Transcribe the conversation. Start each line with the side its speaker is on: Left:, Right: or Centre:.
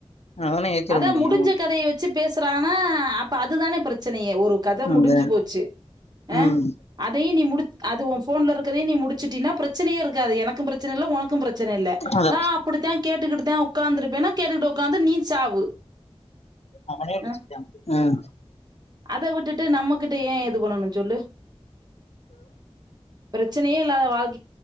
Left: அவனதானே ஏத்திட
Right: அதா
Left: முடியு
Right: முடிஞ்ச கதய வெச்சு பேசுறானா அப்ப அதுதான பிரச்சனயே ஒரு கத
Left: அந்த
Right: முடிஞ்சு போச் ஆஹ
Left: ம்
Right: அதையு நீ முடி அது ஒ ஃபோன்ல இருக்குறதே நீ முடிச்சுட்டீனா ப்ரச்சனயே இருக்காது எனக் கு ப்ரச்சன இல்ல உனக்கு ப்ரச்சன இல்ல
Left: அத
Right: நா அப்புடித்தா கேட்டுக்கிட்டுத்தா உக்காந்திருப்பேன்னா கேட்டுக்கிட்டு உக் உக்காந்து நீ சாவு
Left: அவனே <unintelligible>
Right: அ
Left: ம்
Right: அத விட்டுட்டு நம்மகிட்ட ஏ இது பண்ணணு சொல்லு ப்ரச்சனேயே இல்லாத வாழ்